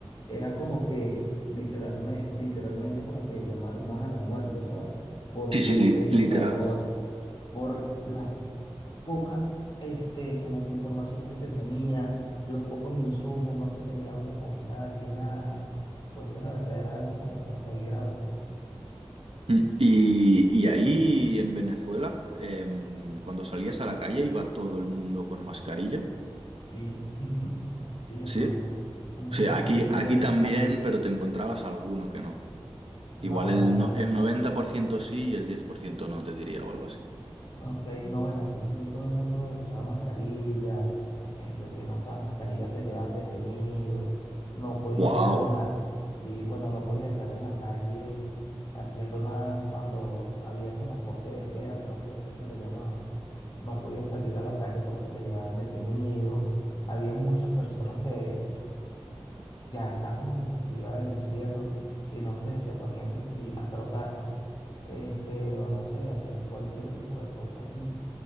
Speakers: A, on the left; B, on the right.
A: era como que literalmente, literalmente como que llamar más a la muerte, ¿sabes? Por,
B: Sí, sí,
A: como
B: li-
A: te digo,
B: literal.
A: o sea, por, por la poca, este, como que información que se tenía, los pocos insumos, no se tenía dónde comprar ni nada. Entonces, la verdad era algo como que muy grave.
B: Mm, Y, y ahí en Venezuela, em, cuando salías a la calle, iba todo el mundo con mascarilla.
A: Sí, ujú, Sí, hermano.
B: Sí.
A: Ujú,
B: Sí, aquí,
A: Aquí
B: aquí
A: se,
B: también, pero te encontrabas alguno que no. Igual
A: no, bueno,
B: el,
A: acá.
B: no- el 90% sí y el 10% no, te diría, o algo así.
A: Ok, no, bueno, aquí sí todo el mundo usaba mascarilla, este, si no usabas mascarilla te llevaban detenido, no podías
B: Wow.
A: estar en la, sí, bueno, no podías estar en la calle haciendo nada cuando había como toque de queda, creo que después se le llamaba, no podías salir a la calle porque te llevaban detenido, había muchas personas que ya están como que fastidiadas del encierro y no sé, se ponían que sí, a trotar, este, o no sé, a hacer cualquier tipo de cosa así